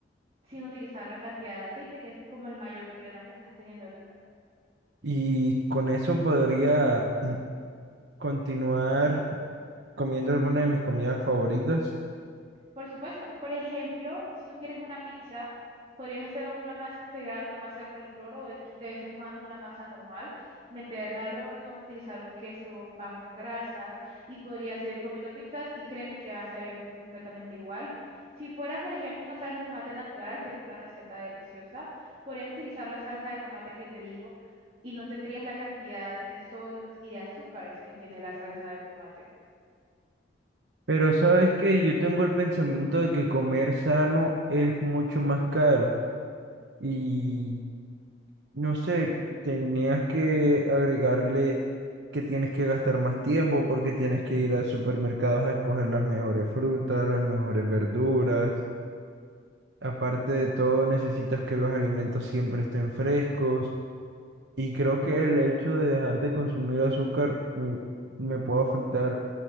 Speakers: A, on the right; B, on the right.
A: sin utilizar la cantidad de aceite, que es como el mayor problema que estás teniendo ahorita.
B: Y con eso podría continuar comiendo alguna de mis comidas favoritas.
A: Por supuesto, por ejemplo, si tú quieres una pizza, podrías hacer o una masa integral, una masa de coliflor o de, de vez en cuando una masa normal, meterla al horno, utilizar un queso bajo en grasas y podrías seguir comiendo pizzas y créeme que vas a ver tom- completamente igual. Si fuera, por ejemplo, una salsa de tomate natural, tengo una receta deliciosa, podrías utilizar la salsa de tomate que te digo y no tendrías la cantidad de sodios y de azúcares que tiene la salsa de tomate.
B: Pero sabes que yo tengo el pensamiento de que comer sano es mucho más caro y no sé, tenías que agregarle que tienes que gastar más tiempo porque tienes que ir a supermercados a escoger las mejores frutas, las mejores verduras. Aparte de todo, necesitas que los alimentos siempre estén frescos y creo que el hecho de dejar de consumir azúcar mm, me, puede afectar